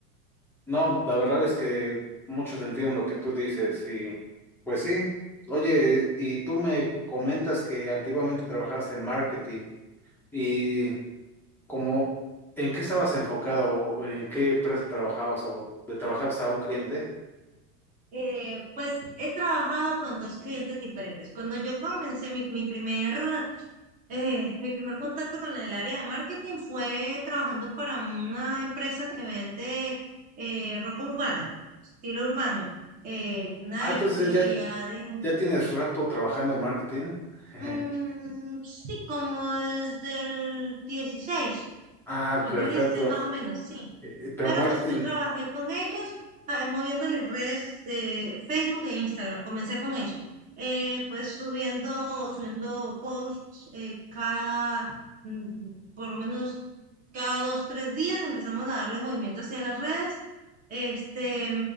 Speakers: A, in the centre; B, on the right.
A: No, la verdad es que mucho sentido en lo que tú dices y pues sí. Oye, y tú me comentas que antiguamente trabajabas en marketing y como, ¿en qué estabas enfocado o en qué empresa trabajabas o le trabajabas a un cliente?
B: Eh, pues he trabajado con dos clientes diferentes. Cuando yo comencé mi, mi primer, eh, mi primer contacto con el área de marketing fue trabajando para una empresa que vende eh, ropa urbana, estilo urbano, eh, Nike,
A: Ah, entonces ya,
B: Adidas.
A: ya tienes rato trabajando en marketing. <laughs>
B: Mm, sí, como desde el dieciséis,
A: Ah,
B: dos
A: perfecto.
B: mil dieciséis más o menos, sí.
A: Eh, Pero
B: Pero
A: marketing,
B: pues yo trabajé con ellos ah, moviéndoles redes de Facebook e Instagram. Comencé con eso. Eh, pues subiendo, subiendo posts eh, cada, mm, por lo menos cada dos, tres días empezamos a darle movimiento hacia las redes. Este,